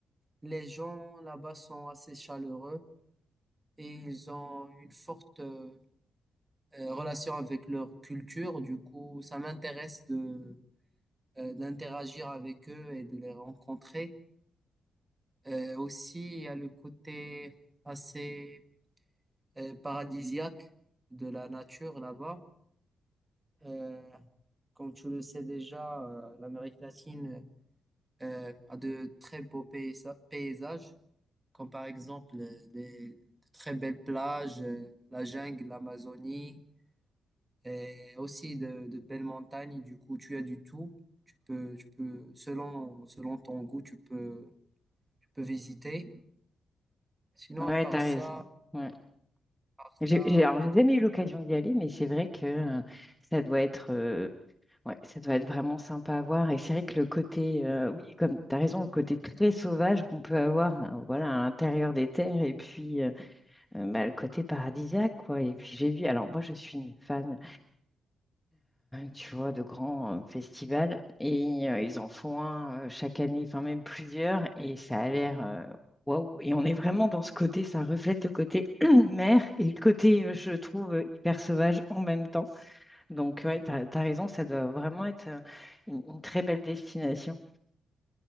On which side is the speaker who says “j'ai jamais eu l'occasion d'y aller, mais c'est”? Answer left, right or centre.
Centre